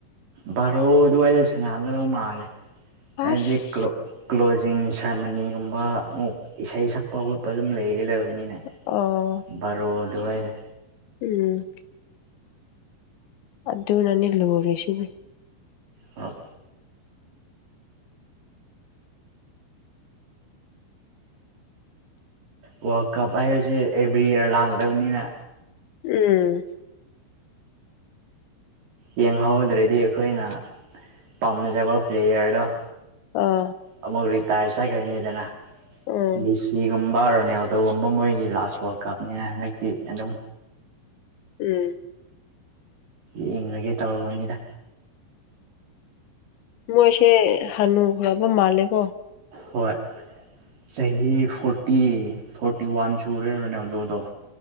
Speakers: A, on the right (about 45°); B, on the left (about 80°).
A: ꯕꯥꯔꯣ ꯑꯗꯨꯋꯥꯏꯗ ꯁꯟꯅꯒꯗꯧ ꯃꯥꯜꯂꯦ ꯍꯥꯏꯗꯤ
B: ꯑꯁ
A: ꯀ꯭ꯂꯣ ꯀ꯭ꯂꯣꯖꯤꯡ ꯁꯦꯔꯃꯅꯤꯒꯨꯝꯕ ꯑꯃꯨꯛ ꯏꯁꯩ ꯁꯛꯄ ꯈꯣꯠꯄ ꯑꯗꯨꯝ ꯂꯩꯒꯗꯕꯅꯤꯅ
B: ꯑꯣ
A: ꯕꯥꯔꯣ ꯑꯗꯨꯋꯥꯥꯏꯗ
B: ꯎꯝ ꯑꯗꯨꯅꯅꯤ ꯂꯨꯔꯤꯁꯤꯕꯤ
A: ꯑ ꯋꯥꯔꯜ ꯀꯞ ꯍꯥꯏꯔꯤꯁꯦ ꯑꯦꯕ꯭ꯔꯤ ꯏꯌꯔ ꯂꯥꯛꯗꯕꯅꯤꯅ
B: ꯎꯝ
A: ꯌꯦꯡꯍꯧꯗ꯭ꯔꯗꯤ ꯑꯩꯈꯣꯏꯅ ꯄꯥꯝꯅꯖꯕ ꯄ꯭ꯂꯦꯌꯔꯗꫭ
B: ꯑꯥ
A: ꯑꯃꯨꯛ ꯔꯤꯇꯥꯌꯔ ꯆꯠꯈ꯭ꯔꯅꯤꯗꯅ
B: ꯎꯝ
A: ꯃꯤ ꯁꯤ ꯅꫭꯡ ꯒꯨꯝꯕ ꯔꯣꯅꯥꯜꯗꯣꯒꯨꯝꯕ ꯃꯣꯏꯒꯤ ꯂꯥꯁ ꯋꯥꯔꯜ ꯀꯞꯅꯤꯅ ꯍꯟꯗꯛꯇꯤ ꯑꯗꯨꯝ
B: ꯎꯝ
A: ꯌꯦꯡꯂꯒꯦ ꯇꯧꯔꯨꯕꯅꯤꯗ
B: ꯃꯣꯏꯁꯦ ꯍꯅꯨꯈ꯭ꯔꯕ ꯃꯥꯜꯂꯦꯀꯣ
A: ꯍꯣꯏ ꯆꯍꯤ ꯐꯣꯔꯇꯤ ꯐꯣꯔꯇꯤ ꯋꯥꯟ ꯁꯨꯔꯦ ꯔꫭꯅꯥꯜꯗꫭ ꯗꫭ